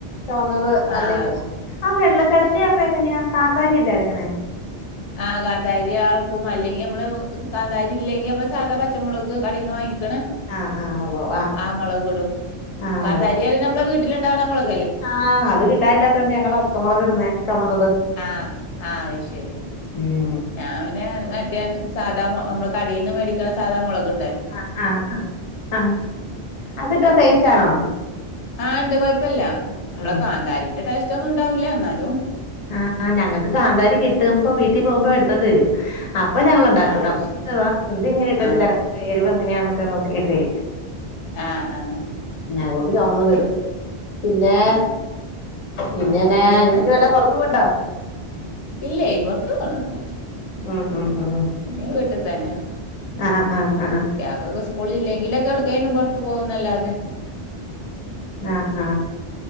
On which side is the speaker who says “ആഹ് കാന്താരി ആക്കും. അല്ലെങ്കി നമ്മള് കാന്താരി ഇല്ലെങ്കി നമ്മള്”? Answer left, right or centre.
Left